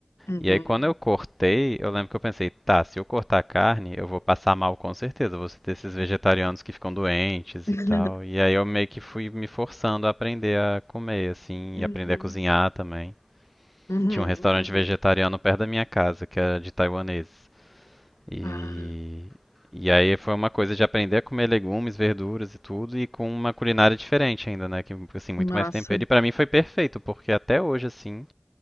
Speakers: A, on the left; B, in the centre.
A: uhum.
B: E aí, quando eu cortei, eu lembro que eu pensei, tá, se eu cortar a carne, eu vou passar mal com certeza, eu vou ter esses vegetarianos que ficam doentes
A: <laughs>
B: e tal. E aí, eu meio que fui me forçando a aprender a comer, assim,
A: Uhum.
B: e aprender a cozinhar também.
A: Uhum.
B: Tinha um restaurante
A: Uhum.
B: vegetariano perto da minha casa, que era de taiwaneses. E,
A: Ah,
B: e aí foi uma coisa de aprender a comer legumes, verduras e tudo, e com uma culinária diferente ainda, né? Que, assim, muito
A: massa.
B: mais tempero. E pra mim foi perfeito, porque até hoje, assim,